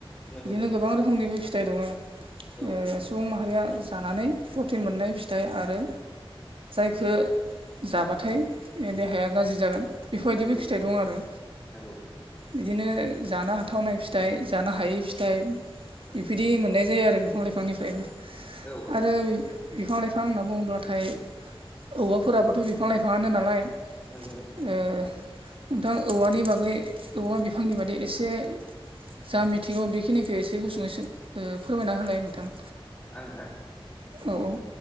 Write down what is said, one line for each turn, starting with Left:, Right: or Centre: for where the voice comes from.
Left: नंगौ
Right: बिदिनो
Left: नंगौ
Right: गोबां रोखोमनिबो फिथाइ दङ। ओ
Left: औ
Right: सुबुं माहारिया जानानै प्रटिन मोननाय फिथाइ आरो <unintelligible> जाबाथाय देहाया गाज्रि जागोन। बेफोरबायदिबो
Left: गाज्रि जायो
Right: फिथाइ
Left: औ
Right: दं आरो।
Left: नंगौ नंगौ
Right: बिदिनो जानो हाथावनाय फिथाइ जानो हायि फिथाइ बेबायदि मोननाय जायो आरो बिफां लाइफांनिफ्रायबो।
Left: औ औ
Right: आरो बिफां लाइफां होनना बुंङोब्लाथाय औवाफोराबोथ' बिफां लाइफाङानो नालाय
Left: नंगौ नंगौ।
Right: ओ नोंथां औवानि बागै औवा बिफांनि बादै एसे जा मिथिगौ बेखिनिखौ एसे गुसुंयै सो ओ फोरमायना होलाय नोंथां।
Left: आंङो ना?
Right: औ औ।